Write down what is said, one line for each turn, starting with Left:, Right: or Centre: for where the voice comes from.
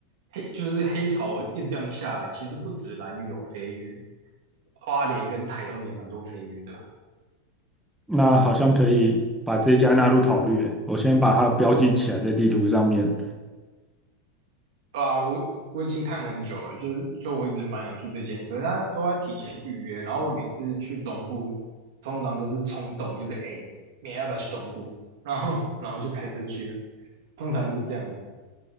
Right: 黑就是黑潮一直这样下来，其实不止兰屿有飞鱼，花莲跟台东也蛮多飞鱼的。
Centre: 那好像可以把这家纳入考虑耶我先把它标记起来在地图上面。
Right: 对啊，我我已经看很久了，就是就我一直蛮想去这间，可是他都要提前预约，然后我每次去东部，通常都是冲动，就是哎，诶明天要不要去东部？然后然后就开车去，通常是这样子。